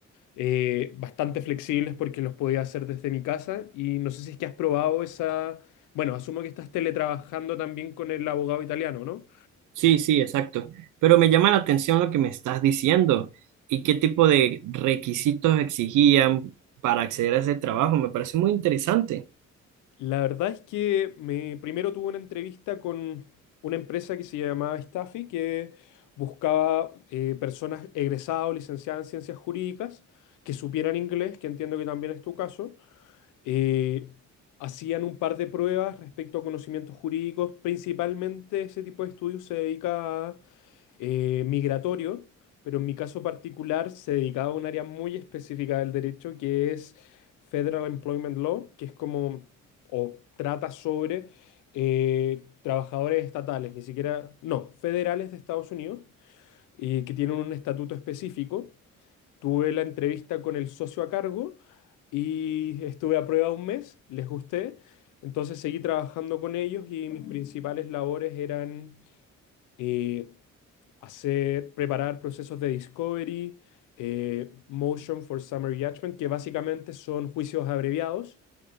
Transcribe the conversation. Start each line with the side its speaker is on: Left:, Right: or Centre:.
Left: eh, bastante flexibles porque los podía hacer desde mi casa y no sé si es que has probado esa, bueno, asumo que estás teletrabajando también con el abogado italiano, ¿no?
Right: Sí, sí, exacto. Pero me llama la atención lo que me estás diciendo y qué tipo de requisitos exigían para acceder a ese trabajo. Me parece muy interesante.
Left: La verdad es que me, primero tuve una entrevista con una empresa que se llamaba Staffy, que buscaba eh, personas egresadas o licenciadas en ciencias jurídicas que supieran inglés, que entiendo que también es tu caso. Eh, hacían un par de pruebas respecto a conocimientos jurídicos. Principalmente ese tipo de estudios se dedica a eh, migratorio, pero en mi caso particular se dedicaba a un área muy específica del derecho que es Federal Employment Law, que es como, o trata sobre eh, trabajadores estatales, ni siquiera, no, federales de Estados Unidos, y que tienen un estatuto específico. Tuve la entrevista con el socio a cargo y estuve a prueba un mes, les gusté. Entonces seguí trabajando con ellos y mis principales labores eran eh, hacer, preparar procesos de discovery, eh, motion for summary judgment, que básicamente son juicios abreviados,